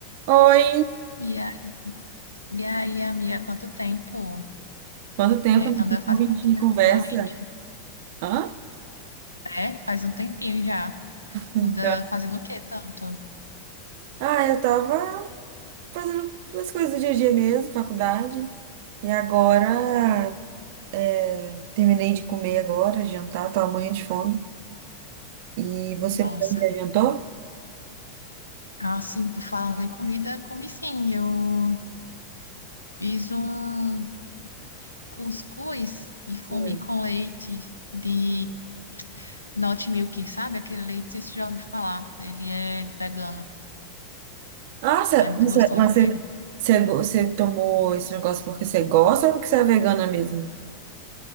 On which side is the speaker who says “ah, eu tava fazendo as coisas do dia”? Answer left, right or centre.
Right